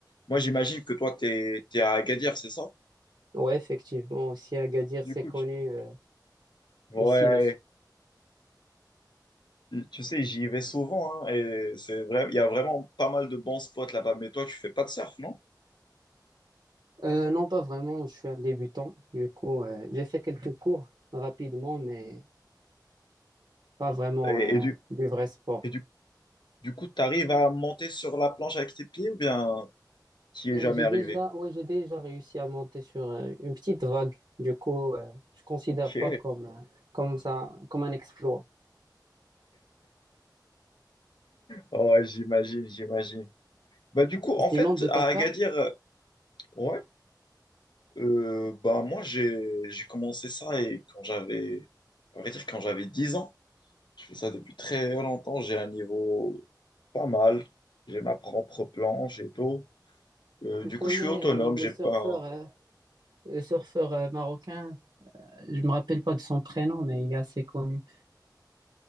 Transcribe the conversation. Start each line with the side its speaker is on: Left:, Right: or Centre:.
Left: Moi, j'imagine que toi, t'es, t'es à Agadir, c'est ça?
Right: Ouais, effectivement, aussi Agadir,
Left: Du
Right: c'est
Left: coup,
Right: connu.
Left: tu-
Right: euh,
Left: ouais,
Right: ici, le
Left: tu sais, j'y vais souvent hein, et c'est vrai, il y a vraiment pas mal de bons spots là-bas. Mais toi, tu fais pas de surf, non?
Right: Euh, non, pas vraiment. Je suis un débutant. Du coup, euh, j'ai fait quelques cours rapidement, mais pas vraiment
Left: Et,
Right: euh,
Left: et du,
Right: du vrai sport.
Left: et du Du coup, tu arrives à monter sur la planche avec tes pieds ou bien tu n'y
Right: Euh,
Left: es jamais
Right: j'ai
Left: arrivé?
Right: déjà, ouais, j'ai déjà réussi à monter sur euh, une petite vague. Du coup, euh, je considère
Left: Ok.
Right: pas comme, euh, comme ça, comme un exploit.
Left: Ouais, j'imagine, j'imagine. Bah, du coup, en
Right: Et
Left: fait,
Right: Sinon, de ta
Left: à
Right: part,
Left: Agadir, euh, ouais, euh, bah, moi, j'ai, j'ai commencé ça et quand j'avais, à vrai dire, quand j'avais 10 ans, je fais ça depuis très longtemps, j'ai un niveau pas mal, j'ai ma propre planche et tout. Euh,
Right: tu
Left: du
Right: connais
Left: coup, je suis autonome,
Right: euh, le
Left: j'ai
Right: surfeur,
Left: pas.
Right: euh, le surfeur euh, marocain. Je me rappelle pas de son prénom, mais il est assez connu.